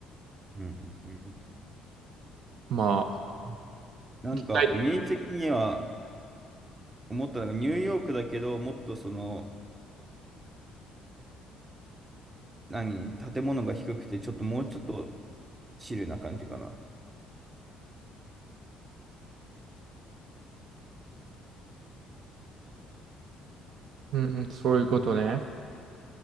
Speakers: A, on the right; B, on the right.
A: うん、うん
B: まあ、
A: うん。なんか、
B: 行きたい。
A: イメージ的には思ったのが、ニューヨークだけど、もっとその、何、建物が低くて、ちょっともうちょっとチルな感じかな。
B: うんうん、そういうことね。